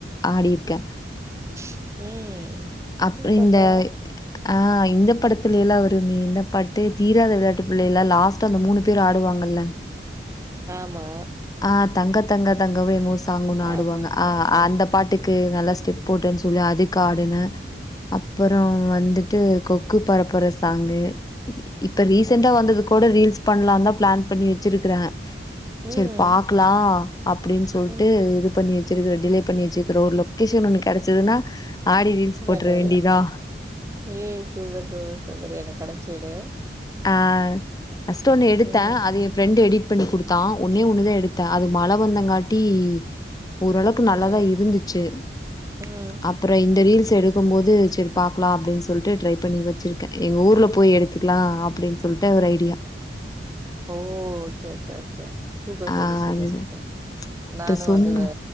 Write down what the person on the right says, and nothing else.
ம்
சூப்பர்ரா
ஆமா
ஆமா ஆமா
ஆமா
ம்
ம்
ம்
உள்ளே உட்லே
ஏய் சூப்பர் சூப்பர் சூப்பர் எனக் கெடைச் தகடே
ம்
என்ன
ம்
ஓ ஓகே ஓகே ஓகே சூப்பர் சூப்பர்
சூப்பர்
சூப்பர் நானு
வந்து வ